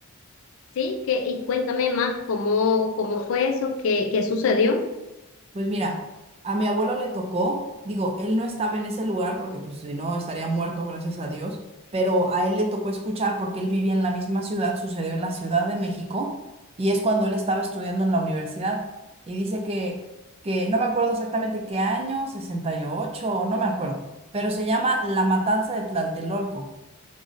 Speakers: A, on the left; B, on the right.
A: Sí, que, y cuéntame más cómo, cómo fue eso, qué, qué sucedió.
B: Pues mira, a mi abuelo le tocó, digo, él no estaba en ese lugar porque pues si no estaría muerto, gracias a Dios, pero a él le tocó escuchar porque él vivía en la misma ciudad, sucedió en la Ciudad de México y es cuando él estaba estudiando en la universidad y dice que, que no me acuerdo exactamente qué año, 68, no me acuerdo, pero se llama La Matanza de Tlaltelolco.